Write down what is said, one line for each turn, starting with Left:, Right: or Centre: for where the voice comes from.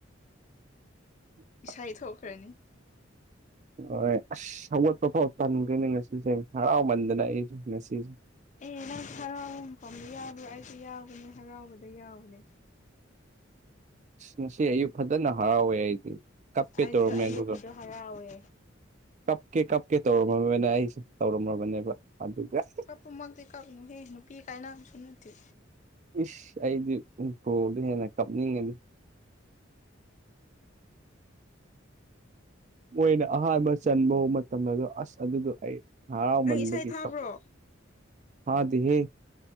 Right: ꯎꯝ
Left: ꯏꯁꯩ ꯊꯣꯛꯈ꯭ꯔꯅꯤ
Right: ꯍꯣꯏ ꯑꯁ ꯍꯧꯒꯠꯄ ꯐꯥꯎ ꯇꯟꯈꯔꯦꯅꯦ ꯉꯁꯤꯁꯦ ꯍꯔꯥꯎꯃꯟꯗꯅ ꯑꯩꯁꯦ ꯉꯁꯤꯁꯦ
Left: ꯑꯦ ꯅꯪ ꯍꯔꯥꯎꯕ ꯃꯐꯝꯗ ꯌꯥꯎꯕ꯭ꯔꯥ ꯑꯩꯁꯨ ꯌꯥꯎꯕꯅꯦ ꯍꯔꯥꯎꯕꯗ ꯌꯥꯎꯕꯅꯦ
Right: ꯉꯁꯤ ꯑꯌꯨꯛ ꯐꯖꯅ ꯍꯔꯥꯎꯋꯦ ꯑꯩꯗꯤ ꯀꯞꯀꯦ
Left: ꯑꯩꯖꯨ
Right: ꯇꯧꯔꯝꯃꯦ
Left: ꯑꯌꯨꯛꯀꯤꯗꯣ
Right: ꯑꯗꯨꯒ
Left: ꯍꯔꯥꯎꯋꯦ
Right: ꯀꯞꯀꯦ ꯀꯞꯀꯦ ꯇꯧꯔꯝꯃꯕꯅꯦ ꯑꯩꯁꯦ ꯇꯧꯔꯝꯃꯕꯅꯦꯕ ꯑꯗꯨꯒ ꯑꯁ
Left: ꯀꯞꯄꯃꯛꯇꯤ ꯀꯞꯅꯨ ꯍꯦ ꯅꯨꯄꯤ ꯀꯥꯏꯅꯕꯁꯨ ꯅꯠꯇꯦ
Right: ꯏꯁ ꯑꯩꯗꯤ ꯎꯄꯣꯗ ꯍꯦꯟꯅ ꯀꯞꯅꯤꯡꯉꯤꯅꯤ ꯃꯣꯏꯅ ꯑꯍꯥꯟꯕ ꯆꯟꯕ ꯍꯣ ꯃꯇꯝꯗꯖꯨ ꯑꯁ ꯑꯗꯨꯗꯣ ꯑꯩ ꯍꯔꯥꯎꯃꯟꯕꯒꯤ
Left: ꯅꯪ ꯏꯁꯩ ꯊꯥꯕ꯭ꯔꯣ
Right: ꯀꯞ ꯐꯥꯗꯦ ꯍꯦ